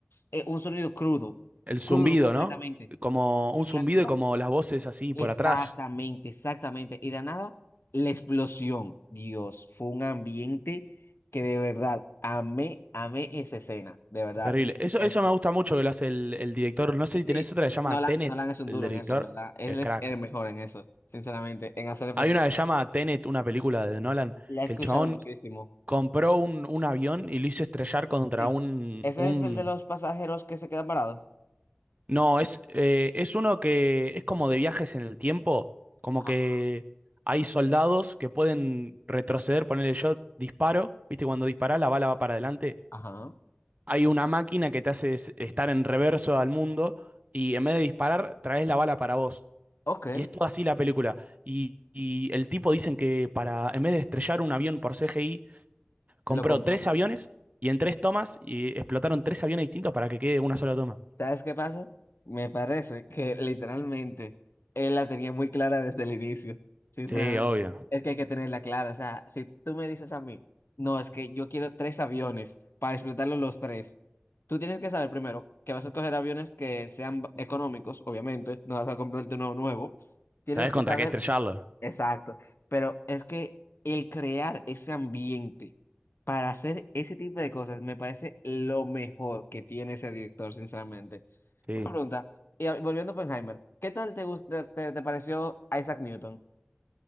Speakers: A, on the left; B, on the right.
A: eh, un sonido crudo,
B: El zumbido,
A: crudo completamente.
B: ¿no? Como
A: Y
B: un
A: de
B: zumbido
A: la nada.
B: y como las voces así
A: Exactamente,
B: por atrás.
A: exactamente. Y de nada, la explosión. Dios, fue un ambiente que de verdad amé, amé esa escena. De verdad,
B: Terrible.
A: me
B: Eso,
A: encantó.
B: eso me gusta mucho que lo hace el, el director. No sé
A: Sí, sí,
B: si tenés otra que se llama
A: Nolan,
B: Tenet,
A: Nolan es un
B: el
A: duro
B: director.
A: en eso, en verdad. Él
B: El
A: es
B: crack.
A: el mejor en eso, sinceramente, en hacer efectos.
B: Hay una que se llama Tenet, una película de Nolan,
A: La he
B: que
A: escuchado
B: el chabón
A: muchísimo.
B: compró un, un avión y lo hizo estrellar contra
A: Sí.
B: un,
A: Ese
B: un...
A: es el de los pasajeros que se quedan parados.
B: No, es, eh, es uno que es como de viajes en el tiempo, como
A: Ajá.
B: que hay soldados que pueden retroceder, ponerle yo disparo, ¿viste? Cuando disparás la bala va para adelante
A: Ajá.
B: hay una máquina que te hace es- estar en reverso al mundo y en vez de disparar, traes la bala para vos.
A: Ok.
B: Y es toda así la película. Y, y el tipo dicen que para, en vez de estrellar un avión por CGI, compró
A: Lo compró.
B: tres aviones y en tres tomas y explotaron tres aviones distintos para que quede una sola toma.
A: ¿Sabes qué pasa? Me parece que literalmente él la tenía muy clara desde el inicio, sinceramente.
B: Sí, obvio.
A: Es que hay que tenerla clara. O sea, si tú me dices a mí, no, es que yo quiero tres aviones para explotarlos los tres, tú tienes que saber primero que vas a coger aviones que sean ba- económicos, obviamente, no vas a comprarte uno nuevo. Tienes
B: ¿Sabés
A: que
B: contra
A: saber
B: qué estrellarlo?
A: Exacto, pero es que el crear ese ambiente para hacer ese tipo de cosas me parece lo mejor que tiene ese director, sinceramente.
B: Sí.
A: Una pregunta, y a- volviendo a Oppenheimer, ¿qué tal te, gusta, te, te pareció Isaac Newton?